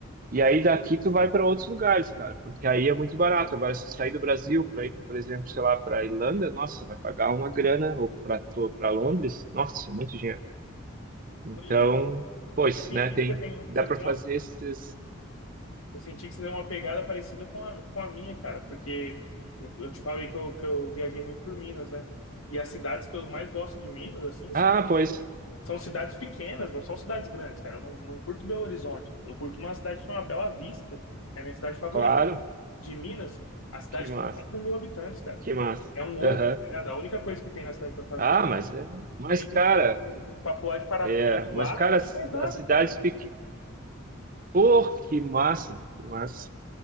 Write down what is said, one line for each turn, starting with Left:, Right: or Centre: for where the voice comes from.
Right: E aí daqui tu vai para outros lugares, cara, porque aí é muito barato. Agora, se sair do Brasil para ir, por exemplo, sei lá, para Irlanda, nossa, vai pagar uma grana, ou para para Londres, nossa, é muito dinheiro. Então,
Left: E,
Right: pois,
Left: e eu senti
Right: né, tem,
Left: que você tem, você
Right: dá para
Left: tem
Right: fazer
Left: uma,
Right: esses.
Left: eu senti que você tem uma pegada parecida com a, com a minha, cara, porque eu, eu te falei que eu, que eu viajei muito por Minas, né? E as cidades que eu mais gosto de Minas, assim, são
Right: Ah, pois,
Left: São cidades pequenas, não são cidades grandes, cara. Eu não, não curto Belo Horizonte. Eu curto uma cidade que chama Bela Vista. É a minha cidade favorita
Right: claro,
Left: de, de Minas. A cidade
Right: que massa,
Left: tem quatro mil habitantes, cara.
Right: que massa.
Left: É um ovo,
Right: Aham.
Left: tá ligado? A única coisa que tem na cidade pra fazer
Right: Ah, mas é, mas
Left: tem
Right: cara,
Left: um- pra pular de parapente
Right: é, mas
Left: lá
Right: cara, as
Left: e mais nada,
Right: as cidades
Left: cara.
Right: pequenas. Pô, que massa, que massa.